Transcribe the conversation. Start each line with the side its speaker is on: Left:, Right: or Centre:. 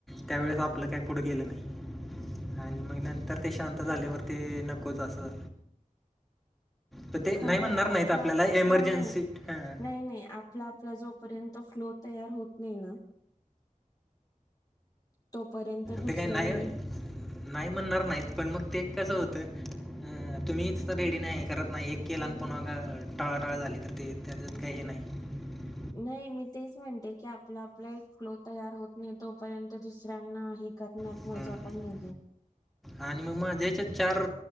Centre: त्यावेेळेस आपलं काही पुढं गेलं नाही. आणि मग नंतर ते शांत झाल्यावर ते नकोच असं पण ते
Left: खरंय
Centre: नाही म्हणणार
Left: आपलं
Centre: नाहीत आपल्याला
Left: आप नाही,
Centre: एमर्जन्सी
Left: नाही,
Centre: हां
Left: नाही, नाही आप आपला आपला जोपर्यंत फ्लो तयार होत नाही ना तोपर्यंत
Centre: ते
Left: दुसऱ्यां
Centre: काही नाही, नाही म्हणणार नाहीत. पण मग ते कसं होतं हू तुम्ही इथ तर रेडी नाही, करत नाही, एक केला न पून्हा ज टाळाटाळ झाली, तर ते त्याज्यात काही हे नाही. <inaudible>
Left: नाही मी तेच म्हणते की आपला आपला एक फ्लो तयार होत नाही तोपर्यंत दुसऱ्यांना हे करण्यात
Centre: हम्म.
Left: मजा पण नाहीये.
Centre: आणि मग माझ्या हेच्यात चार,